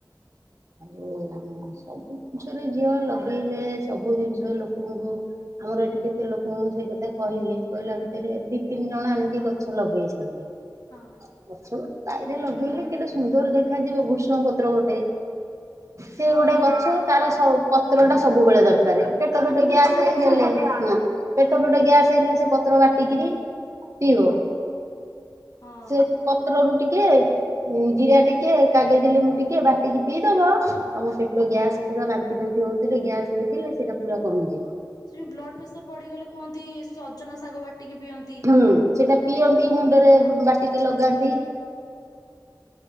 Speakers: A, on the right (about 45°); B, on the left (about 60°).
A: ଓ ହଁ। ସବୁ ଜିନିଷରେ ଝିଅ ଲଗେଇଲେ ସବୁ ଜିନିଷ ଲୋକଙ୍କୁ ଆମର ଏଠି କେତେ ଲୋକଙ୍କୁ ମୁଁ ସେଇ କଥା କହିଲି କହିଲା ଭିତରେ ଦି ତିନି ଜଣ ଆଣିକି ଗଛ ଲଗେଇ ଚନ୍ତି। <unintelligible>
B: ହଁ।
A: ଗଛ ଗୋଟେ ବାଇରେ ଲଗେଇଲେ କେଟେ ସୁନ୍ଦର ଦେଖାଯିବ ଭୃଷୁଙ୍ଗ ପତ୍ର ଗୋଟେ ସେ
B: ହଁ
A: ଗୋଟେ ଗଛ
B: ହଁ
A: ତାର ସ ପତ୍ର ଟା ସବୁବେଳେ ଦରକାର ପେଟ
B: ସବୁଥିରେ
A: ଫେଟ ଗ୍ୟାସ
B: ଛୁଙ୍କ
A: ହେଇଗଲେ।
B: ଦିଆ ହୁଏ
A: ପେଟ ଫେଟ ଗ୍ୟାସ୍ ହେଇକଥିଲା ସେ ପତ୍ର ବାଟିକରି ପିଇଵ
B: ହଁ
A: ସେ ପତ୍ରରୁ ଟିକେ ଜିରା ଟିକେ କାଗଜ ଲେମ୍ବୁ ଟିକେ ବାଟିକି ପିଇଦବ ତମ ପେଟ ଗ୍ୟାସ ପୁରା ବାନ୍ତି ଫାନ୍ତି ହଉଥିଲେ ଗ୍ୟାସ ହେଇଥିଲେ ସେଇଟା ପୁରା କମିଯିବ।
B: ସେ ଯୋଉ ବ୍ଲଡ ପ୍ରେସର ବଢିଗଲେ କୁହନ୍ତି ସଜନା ଶାଗ ବାଟିକି ପିଅନ୍ତି।
A: ହୁଁ ସେଇଟା ପିଅନ୍ତି ମୁଣ୍ଡରେ
B: ହଁ
A: ବାଟି କି ଲଗାନ୍ତି